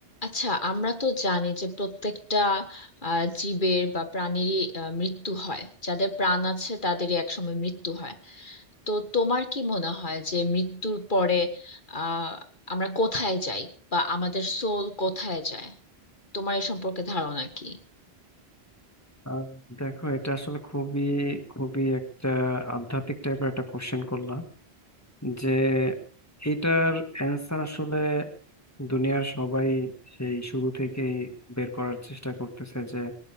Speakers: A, on the left; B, on the left.
A: আচ্ছা আমরা তো জানি যে প্রত্যেকটা আহ, জীবের বা প্রাণীরই আহ, মৃত্যু হয় যাদের প্রাণ আছে তাদেরই একসময় মৃত্যু হয় তো তোমার কি মনে হয় যে মৃত্যুর পরে আহ আমরা কোথায় যাই বা আমাদের সোল কোথায় যায় তোমার এ সম্পর্কে ধারণা কি
B: আহ, দেখো এটা আসলে খুবই খুবই একটা আধ্যাত্মিক টাইপের একটা কোশ্চেন করলাম যে এটার অ্যান্সার আসলে দুনিয়ার সবাই সেই শুরু থেকেই বের করার চেষ্টা করতেছে যে